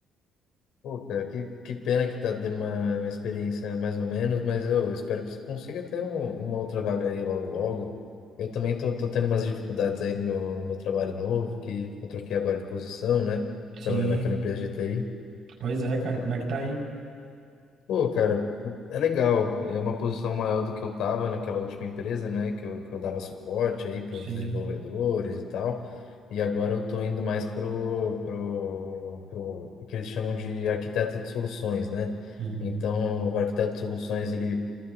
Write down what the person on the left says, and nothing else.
Pô, cara, que, que pena que tá dando uma, uma experiência mais ou menos, mas eu espero que você consiga ter um- uma outra vaga aí logo logo. Eu também tô, tô tendo umas dificuldades aí no meu, no meu trabalho novo, que eu troquei agora de posição, né?
Trabalhando naquela empresa de TI.
Pô, cara, é legal. É uma posição maior do que eu tava naquela última empresa, né? Que eu, que eu dava suporte aí para
os desenvolvedores e tal. E agora eu tô indo mais pro, pro, pro, o que eles chamam de arquiteto de soluções, né?
Então, o arquiteto de soluções, ele,